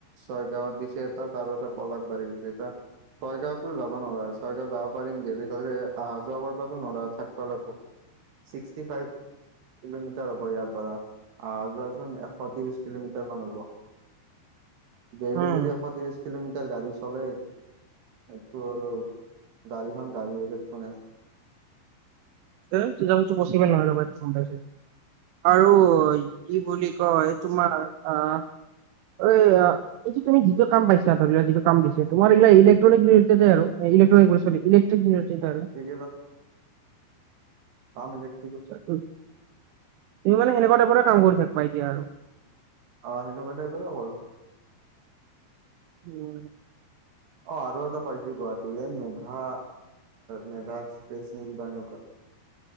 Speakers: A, on the right; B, on the right.
A: ছয় গাঁৱত দিছে এটা ত আৰু এটা পলশ বাৰী দিছে এটা। ছয়গাঁওতো যাব নোৱাৰা ছয়গাঁও যাব পাৰিম গেললে ত অহা যোৱা কৰিবাতো নোৱাৰয় থাকিব লাগিব। Sixty five. কিলোমিটাৰ হ'ব ইয়াৰ পৰা আহ যোৱাচোন এশ ত্ৰিশ কিলোমিটাৰ মান হ'ব।
B: <inaudible>
A: দেলি
B: উম
A: যদি এশ ত্ৰিশ। কিলোমিটাৰ গাড়ী চলে, সেইটো আৰু গাড়ীখন গাড়ী হৈ থাকব না।
B: এজতো পবচিবে নহয় ৰ'বা ইটো গম পাইছে আৰু।
A: উম।
B: কি বুলি কয় তোমাৰ আঁহ। অ এইটো তুমি যিটো কাম পাইছা ধৰি লোৱা যিটো কাম দিছে তোৰ এইগিলা ইলেক্ট্ৰনিক ৰিলেটেডে আৰু। এ ইলে্ট্ৰিক ইলে্ট্ৰিক আৰু-
A: ল আমি দেখ <unintelligible>
B: তুমি মানে সেনেকুৱা টাইপ কাম কৰি থাকিবা এতিয়া আৰু।
A: অ সেনেকুৱা টাইপৰে কৰো।
B: উম
A: অ আৰু এটা পাইছিলো গুৱাহাটীৰে মেধা মেধা এক্সপ্ৰেছ নে কিবা এনেকুৱা।